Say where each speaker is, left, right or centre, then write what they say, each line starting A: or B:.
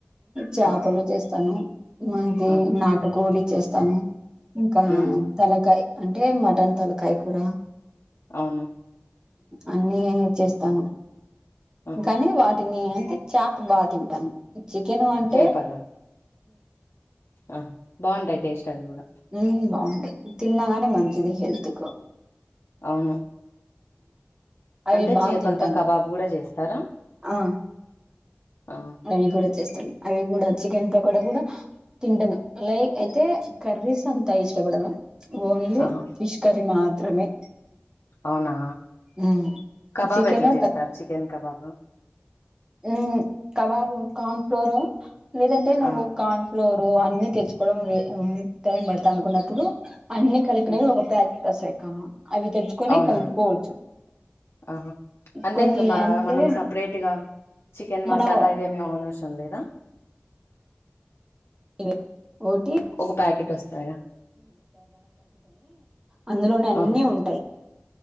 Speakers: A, on the right; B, on the left.
A: చేపలు
B: ఆహా
A: చేస్తాను మాకు
B: ఆహా
A: నాటుకోడిచ్చస్తాను ఇంకా
B: ఉమ్,
A: తలకాయ అంటే మటన్ తలకాయ కూడా
B: అవును
A: అన్నీ నిన్నే చేస్తాను
B: ఆహా
A: కానీ వాటిని అ చేప బాగా తింటాను చికెను అంటే
B: చేపల ఆ బాగుంటాయి టేస్ట్ అవి కూడా
A: ఉమ్ బాగుంటేయి తిన్నాగానే మంచిదే హెల్త్ కు
B: అవును
A: అవి
B: అంటే
A: బాగా
B: చేపలతో
A: తింటాను
B: కబాబ్ కూడా చేస్తారా
A: ఆ
B: ఆ
A: అవి కూడా చేస్తాను అవి కూడా చికెన్ పకోడా కూడా తింటాను లైక్ అయితే కర్రీస్ అంతా ఇష్టపడను ఓన్లీ
B: ఆహా
A: ఫిష్ కర్రీ మాత్రమే
B: అవునా
A: మ్మ్
B: కబాబ్
A: చికెన్
B: ఎట్లా చేస్తారు చికెన్ కబాబ్
A: ఉమ్ కబాబు కార్న్ ఫ్లోర్ లేదంటే నువ్వు
B: ఆ
A: కార్న్ ఫ్లోర్ ఫ్లోర్ అన్ని తెచ్చుకోవడం టైం పడతాదీ అనుకున్నప్పుడు అన్ని కలిపినవి
B: ఉమ్
A: ఒక ప్యాకెట్ వస్తది అవి తెచ్చుకొని
B: అవునా
A: కలుపుకోవచ్చు
B: ఆహా అంటే
A: కొన్ని
B: ఇంకా మా
A: అంటే
B: మనం సపరేట్గా చికెన్ మసాలా
A: మనం
B: ఇవేమీ అనర్సం లేదా
A: <unintelligible>
B: ఒక ప్యాకెట్ వస్తాయా
A: అందులోనే అన్నీ
B: ఆహా
A: ఉంటయి